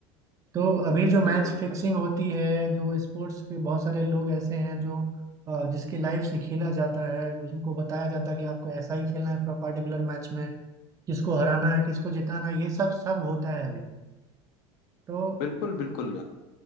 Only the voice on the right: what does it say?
तो अभी जो मैच
फिक्सिंग
होती है जो स्पोर्ट्स के बहुत सारे लोग ऐसे हैं जो अ, जिसकी लाइफ से खेला जाता है जो उनको बताया जाता है कि आपको ऐसा ही खेलना है पर्टिकुलर मैच में किसको हराना है किसको जिताना है ये सब सब होता है अभी तो